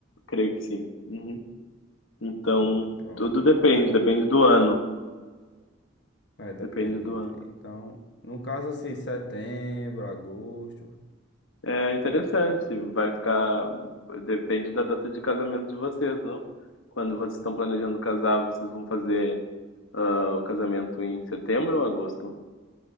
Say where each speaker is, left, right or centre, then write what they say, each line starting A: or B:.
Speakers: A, on the left; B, on the left.
A: Creio que sim. Uhum. Então,
B: Ah, pronto.
A: tudo depende,
B: Tá certo.
A: depende do ano.
B: É, depende.
A: Depende do ano.
B: Então, no caso assim, setembro, agosto.
A: É interessante, vai ficar. Depende da data de casamento de vocês, não? Quando vocês estão planejando casar, vocês vão fazer ah, o casamento em setembro ou agosto?